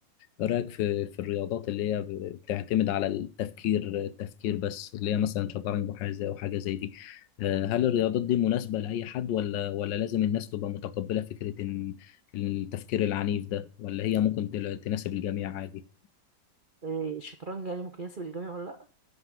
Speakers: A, on the left (about 75°); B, on the right (about 55°).
A: ايه رايك في في الرياضات اللي هي ب- بتعتمد على التفكير التفكير بس اللي هي مثلا شطرنج وحاجه زي وحاجه زي دي آه، هل الرياضات دي مناسبه لاي حد ولا ولا لازم الناس تبقى متقبله فكره ان التفكير العنيف ده ولا هي ممكن تل- تناسب الجميع عادي
B: إيه، الشطرنج يعني ممكن يناسب الجميع ولا لا